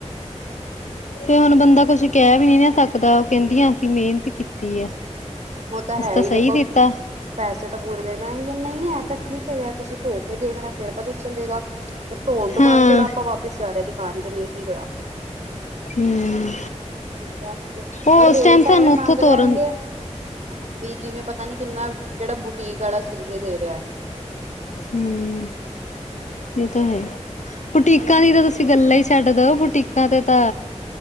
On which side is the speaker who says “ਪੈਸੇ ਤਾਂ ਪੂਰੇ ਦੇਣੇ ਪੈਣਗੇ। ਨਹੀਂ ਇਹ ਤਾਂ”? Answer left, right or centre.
Right